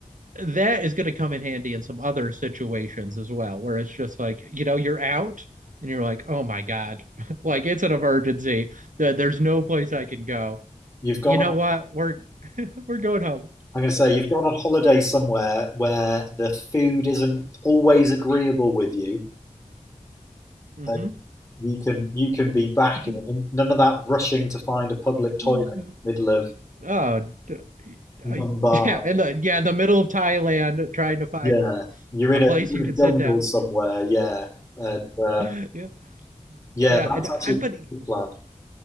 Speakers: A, on the right (about 80°); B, on the left (about 25°).
A: that is going to come in handy in some other situations as well, where it's just like, you know, you're out and you're like, oh my God, <laughs> like it's an emergency that there's no place I can go.
B: you've gone
A: You know
B: on,
A: what? We're we're going home.
B: I'm going to say you've gone on holiday somewhere where the food isn't always agreeable with you,
A: hmm
B: and you can you can be back
A: <laughs>
B: in none of that rushing to find a public toilet
A: Mm.
B: in the middle of
A: Oh, d- I,
B: Mumbai
A: yeah, in the yeah, in the middle of Thailand, trying to find
B: Yeah,
A: a,
B: you're
A: a
B: in
A: place
B: a you're
A: you
B: in
A: could
B: a jungle
A: sit down.
B: somewhere. Yeah, and uh,
A: <laughs> Yeah,
B: yeah,
A: yeah,
B: that's
A: and
B: actually
A: I but
B: a good plan.